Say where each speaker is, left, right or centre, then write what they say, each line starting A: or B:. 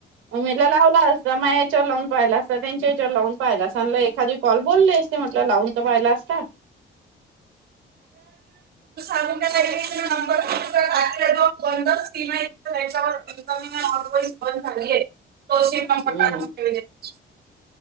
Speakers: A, on the right; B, on the right.
A: मग म्हणे लावला असता माया याच्यावर लावून पाहायला असता त्यांच्या याच्यावर लावून पाहायला अस एखादी कॉल बोलले असते म्हटलं लावून तर पाहायला असता.
B: <unintelligible> <unintelligible> च्यावर इनकमिंग आणि आऊटगोईंग बंद झाली तो <unintelligible>
A: हम्म
B: <unintelligible>